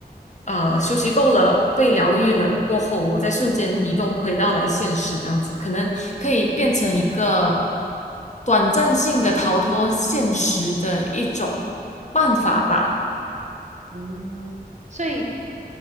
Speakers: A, on the left; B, on the right.
A: 呃休息够了、被疗愈了过后，我再瞬间移动回到来现实这样子，可能可以变成一个短暂性的逃脱现实的一种办法吧。
B: 嗯哼，嗯，所以